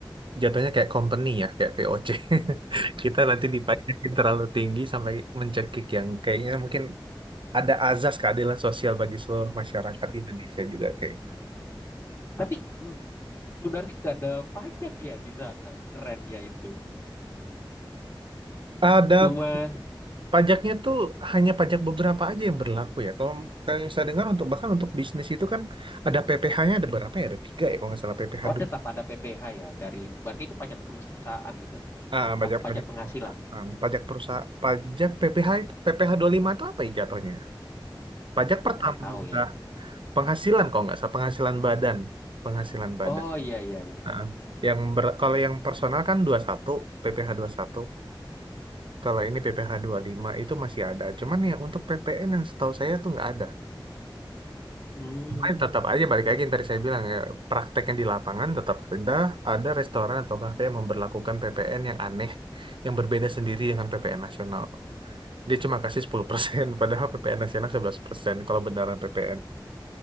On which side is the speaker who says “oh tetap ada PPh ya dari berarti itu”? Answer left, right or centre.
Left